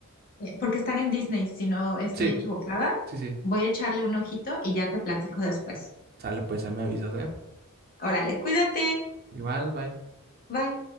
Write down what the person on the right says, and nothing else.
Sí,
sí, sí.
Sale, pues ahí me avisas, ¿eh?
Igual, bye.